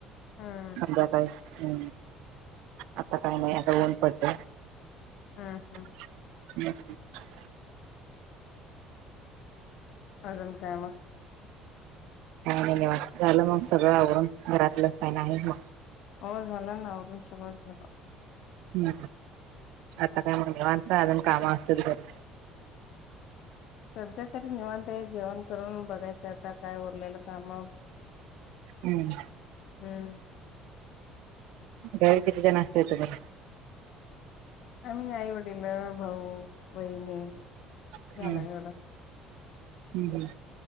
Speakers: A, on the left (about 65°); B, on the right (about 80°).
A: हम्म
B: सध्या का हम् आता काय नाही आता ऊन पडत.
A: हा हा.
B: हम् <inaudible>
A: अजून कायमग?
B: काय नीवांत झालं मग सगळं आवरून घरातलं काय नाही मग.
A: हो झाला ना औरून सुोबत झालं.
B: हम्म आता काय मग निवांत काय अजून काम असतील तर
A: सध्या तरी निवांत आहे जेवण करून बघायच आता काय उरलेलं काम
B: हम्म.
A: हम्म.
B: घरी किती जण असताय तुम्ही
A: आम्ही आई वडील भाऊ बहिणी झालं
B: हम्म
A: एवढं.
B: हम्म हम्म.